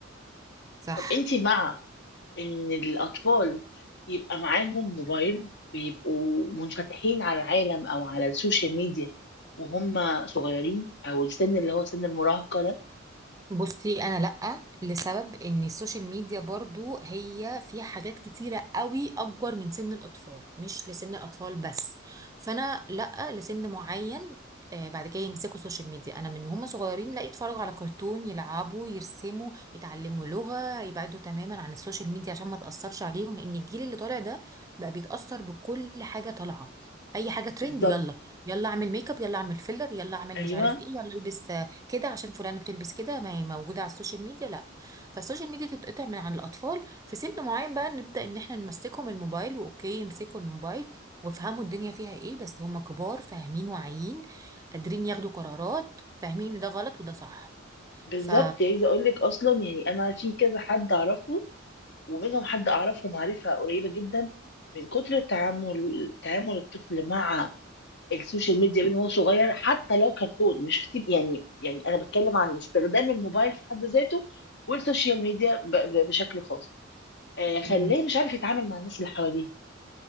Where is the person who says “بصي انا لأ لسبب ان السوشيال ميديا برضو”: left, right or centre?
Right